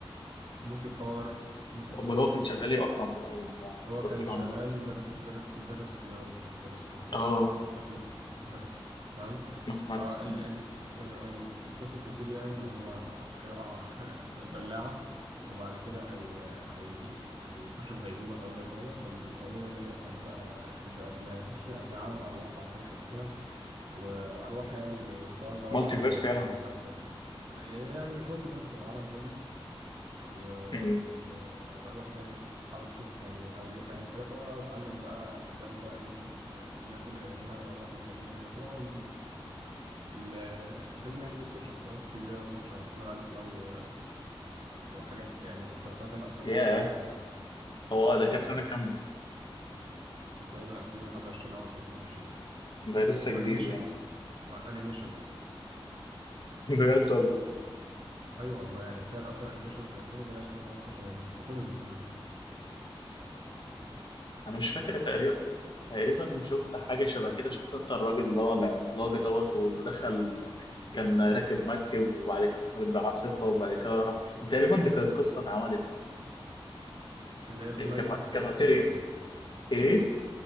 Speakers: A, on the right; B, on the left.
A: موسيقار موسيقار
B: أمال هو كان شغال إيه أصلا في الأول ده أنت
A: هو كان
B: بتقول
A: شغال
B: عنده أزمة
A: مدرس مدرس مدرس رياضة مدرس رياضة
B: آه
A: ماثمات- ماثماتكس تمام
B: ماثماتكس
A: فال ال ال ال- القصة بتبتدي يعني إن هو هيقع <laughs> في بلاعة وبعد كده هي هي هيخش في غيبوبة طويلة شوية فالغيبوبة دي هيحلم بقى يشوف بقى فيها يخش يعني زي عالم أرواح أو حاجة شبه كده واروح يعني بتقعد ادور
B: مالتي
A: على هويتها
B: فيرس يعني
A: برضه
B: ولا إيه؟
A: حاجه شبه كده يعني مش مالتي فيرس هو عالم تاني و...
B: مهم.
A: وال... والأرواح دي يعني بتحاول تشوف يعني هويتها يعني كده فهو اتعلم بقى من خلال بقى إيه الناس اللي هيقابلها والأرواح اللي هيقابلها يعني كده وال... يعني ال... الفيلم يعني بيذكر شخصيات كبيرة مثلا شبه محمد علي كلاي و... وحاجات يعني وشخصيات يعني أثرت
B: ياه
A: في العالم يعني كده
B: هو ده كان سنة كام ده؟
A: ده تقريبا 2021 أو 2022
B: ده لسه
A: وأنيميشن
B: جديد يعني
A: أصلا وأنيميشن أصلا
B: <laughs> بجد والله
A: ايوه والله يعني تخيل اصلا انيميشن وكرتون وبيناقش حاجات عمقى شبه دي وكوميدي كمان
B: انا مش فاكر تقريبا تقريبا شفت حاجه شبه كده شفت انت الراجل اللي هو العملاق دوت ودخل كان راكب مركب وبعد كده حصلت بيه عاصفه وبعد كده راح تقريبا دي كانت قصه اتعملت
A: اللي هي لايف
B: آه، كما-
A: اوف باي
B: كماتيريال
A: تقريبا ولا
B: ايه